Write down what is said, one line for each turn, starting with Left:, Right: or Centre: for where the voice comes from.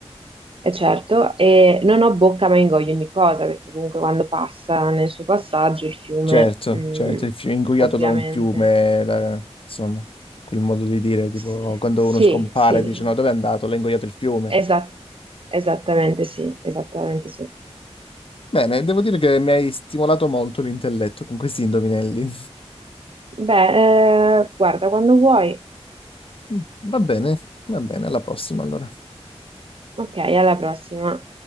Right: E certo, e non ho bocca ma ingoio ogni cosa, perché comunque quando passa nel suo passaggio il fiume,
Left: Certo,
Right: mm,
Left: certo, il fiume, ingoiato
Right: ovviamente.
Left: da un fiume, la- insomma, quel modo di dire, tipo,
Right: Sì,
Left: quando
Right: sì,
Left: uno scompare
Right: sì,
Left: dice, no, dove è andato? L'ha ingoiato il fiume.
Right: Esa- esattamente sì, esattamente sì.
Left: Bene, devo dire che mi hai stimolato molto l'intelletto con questi indovinelli.
Right: Beh, eh, guarda, quando vuoi.
Left: <laughs> Va bene, va bene, alla prossima allora.
Right: Ok, alla prossima.